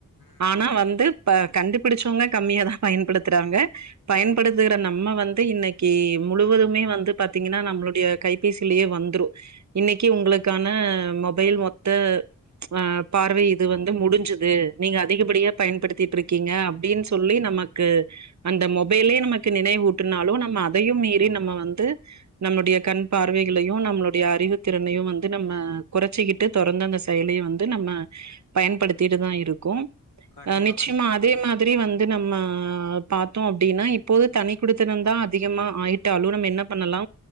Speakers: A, on the left (about 85°); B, on the right (about 55°).
A: ம்
B: ஆனா வந்து இப்ப கண்டுபிடிச்சவங்க கம்மியாதா பயன்படுத்துறாங்க பயன்படுத்துகிற நம்ம வந்து இன்னக்கு முழுவதுமே வந்து பாத்தீங்கன்னா நம்மளுடைய கைபேசியிலயே வந்துரு இன்னக்கு உங்களுக்கான மொபைல் மொத்த ஆ பார்வை இது வந் து முடிஞ்சுது நீங்க அதிகப்படியா பயன்படுத்திட்ருக்கீங்க அப்டின்னு சொல்லி நமக்கு அந்த மொபைலே நமக்கு நெனைவூட் இத்துன்நாலு நம்ம அதையு மீறி நம்ம வந்து நம்முடைய கண் பார்வைகளையு நம்ளுடைய அறிவுதிறனையு வந்து நம்ம கொறச்சிக்கிட்டு தொறந்த அந்த செயலயு வந்து நம்ம படுத்திட்டு தா இருக்கு
A: கண்டிப்பா
B: அ நிச்யமா
A: கண்டிப்பா நண்பர்
B: அதே மாத்ரி வந் து நம்ம பாத்தோ அப்டினா இப்போது தனி குடுத்தனோ தா அதிகமா ஆயிடாலு நம்ம என்ன பண்ணலா